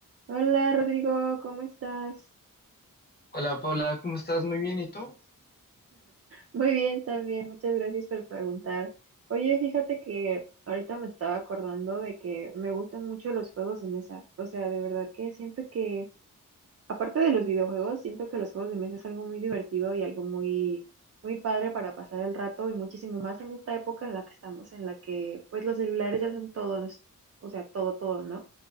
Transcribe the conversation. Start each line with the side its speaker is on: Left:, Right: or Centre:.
Right: Hola Rodrigo, ¿cómo estás?
Left: Hola Paula, ¿cómo estás? Muy bien, ¿y tú?
Right: Muy bien también, muchas gracias por preguntar. Oye, fíjate que ahorita me estaba acordando de que me gustan mucho los juegos de mesa. O sea, de verdad que siento que, aparte de los videojuegos, siento que los juegos de mesa es algo muy divertido y algo muy, muy padre para pasar el rato y muchísimo más en esta época en la que estamos, en la que pues los celulares ya son todo, nos- o sea, todo, todo, ¿no?